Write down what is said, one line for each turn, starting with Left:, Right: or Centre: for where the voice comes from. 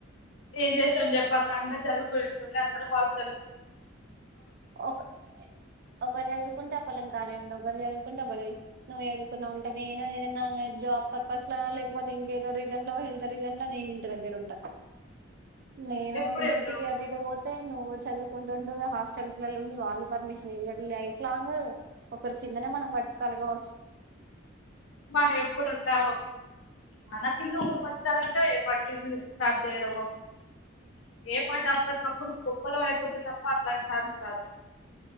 Left: ఏం చేస్తాం చెప్ పక్క అందరు చదుకునే అందరు హస్టల్
Right: ఒక ఒకరు చదువుకుంటే ఒకలాం కాలీ ఉండం ఒకరు చదువుకుంటా ఒకరు నువ్వు చదువుకున్నావు ఉంటే నేను ఏదైనా జాబ్ పర్పస్ లోన లేకపోతే ఇంకేదో రీజన్ లో హెల్త్ రీజన్ లో నేను ఇంటి దగ్గర ఉంటా నేను
Left: ఎప్పుడు
Right: డ్యూటీకి
Left: ఎవరు
Right: అటు ఇటు నువ్వు చదువు హాస్టల్స్ ఉండి వాళ్ళు పర్మిషన్ ఇయర్ లైఫ్ లాంగ్ ఒకరి కిందనే మనం బతకాలే గావ
Left: మనం ఎప్పుడంతా మన కింద ఒకరు బతకాలంటే ఏ పట్ బిజినెస్ స్టార్ట్ చేయడమో ఏ పాట అప్పటికప్పుడు గొప్పోళ్ళం అయిపోతే తప్ప అట్లాంటి స